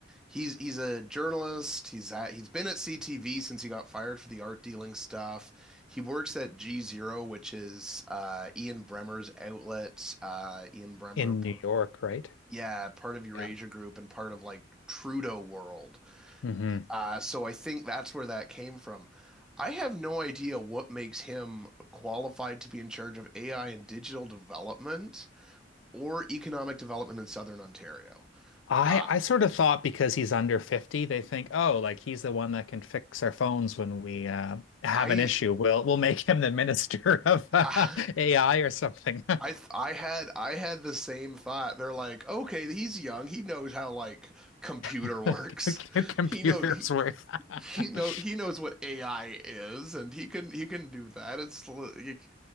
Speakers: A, in the centre; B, on the left (about 80°).
A: he's, he's a journalist. He's at, he's been at CTV since he got fired for the art dealing stuff. He works at G Zero, which is uh, Ian Bremmer's outlet. Uh, Ian
B: <laughs>
A: Bremmer,
B: in
A: part,
B: New York, right?
A: yeah, part of Eurasia
B: Yeah.
A: Group and part of like Trudeau World.
B: hmm
A: Uh, so I think that's where that came from. I have no idea what makes him qualified to be in charge of AI and digital development or economic development in Southern Ontario.
B: I
A: Uh,
B: I sort of thought because he's under 50, they think, oh, like he's the one that can fix our phones when we uh, have
A: I,
B: an issue. We'll we'll make him the <laughs> minister of
A: <laughs>
B: AI
A: I,
B: or something.
A: I had I had the same thought. They're like, okay, he's young. He knows how like computer
B: <laughs>
A: <laughs> works.
B: Computers
A: He know
B: work.
A: <laughs> he know
B: <laughs>
A: he knows what AI is, and he can he can do that. It's like,